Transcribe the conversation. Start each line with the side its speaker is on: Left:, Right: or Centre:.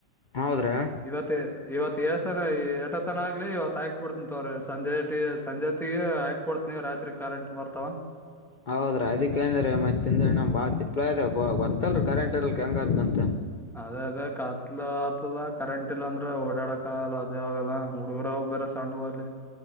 Left: ಹೌದ್ರಾ
Centre: ಇವತ್ ಇವತ್ತು ಏಸನ ಎಟತನ ಆಗ್ಲಿ ಇವತ್ತು ಹಾಕ್ಬಿಡ್ತೀನಿ ತೊಗೋರಿ. ಸಂಜೆಟ ಸಂಜೆತ್ತಗೆ ಆಯಕ್ ಕೊಡ್ತ ನೀವ ರಾತ್ರಿ ಕರೆಂಟ್ ಬರ್ತಾವ.
Left: ಹೌದ್ರ ಅದಕ್ಕ ಅಂದ್ರೆ ಮತ್ತಿಂದ ನಮ್ ಬಾಳ ತಿಪ್ಲ ಇದ ಬರ್ತಲ್ರಿ ಕರೆಂಟ್ ಇರ್ಲ್ಕ್ ಹೆಂಗತ್ಂತ.
Centre: ಅದೇ ಅದೇ ಕತ್ಲ ಆತದ ಕರೆಂಟ್ ಇಲ್ಲ ಅಂದ್ರೆ ಓಡಾಡಕಲ್ಲ ಅದೇ ಆಗಲ್ಲ ಹುಡುಗರ. <unintelligible> ಸನ್ನೂರ್ಲಿ.